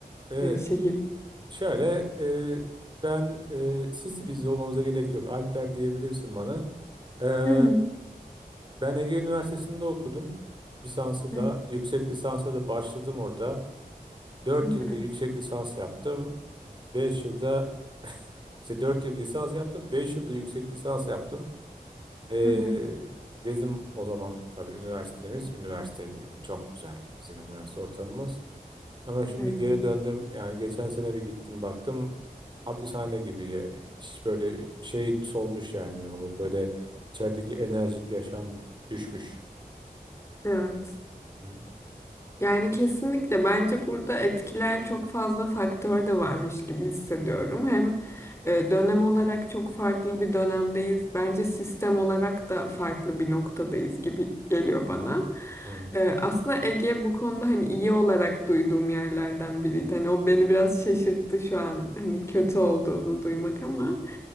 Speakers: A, on the right; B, on the left.
A: Ee,
B: e, şehir?
A: şöyle e, ben e, sizi biz olmamıza gerek yok. Alper diyebilirsin bana. Ee,
B: Hı hı,
A: ben Ege Üniversitesi'nde okudum. Lisansı
B: hı
A: da, yüksek lisansa da başladım orada. Dört
B: hı,
A: yılda yüksek lisans yaptım. beş yılda <laughs> işte 4 yıl lisans yaptım. beş yılda yüksek lisans yaptım. Ee,
B: hı hı,
A: bizim o zaman tabii üniversitemiz üniversiteydi yani. Çok güzeldi bizim üniversite ortamımız. Ama şimdi
B: hı hı.
A: geri döndüm. Yani geçen sene bir gittim baktım. Hapishane gibi. ya. Hiç böyle şey solmuş yani. O böyle içerideki enerjik yaşam düşmüş.
B: Evet.
A: Hı
B: Yani kesinlikle bence burada etkileyen çok fazla faktör de varmış gibi hissediyorum. Hem e, dönem olarak çok farklı bir dönemdeyiz. Bence sistem olarak da farklı bir noktadayız gibi geliyor bana.
A: hı.
B: E, aslında Ege bu konuda hani iyi olarak duyduğum yerlerden biriydi. Hani o beni biraz şaşırttı şu an hani kötü olduğunu duymak ama.